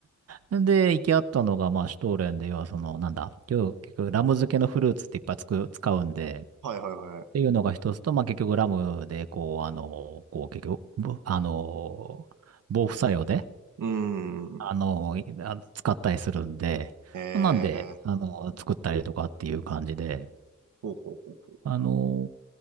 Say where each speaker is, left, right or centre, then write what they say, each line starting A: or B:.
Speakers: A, on the right; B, on the right.
A: で、行き合ったのが、まあ、シュトーレンで、要はその、なんだ、今日結局ラム漬けのフルーツっていっぱいつく、使うんで、
B: はいはいはい。
A: っていうのが一つと、まあ、結局ラムで、こう、あの、こう、結局、ぶあの、防腐作用で、
B: うーん。
A: あの、いあ使ったりするんで、
B: ええー。
A: なんで、あの、作ったりとかっていう感じで、
B: ほうほうほう。
A: あの、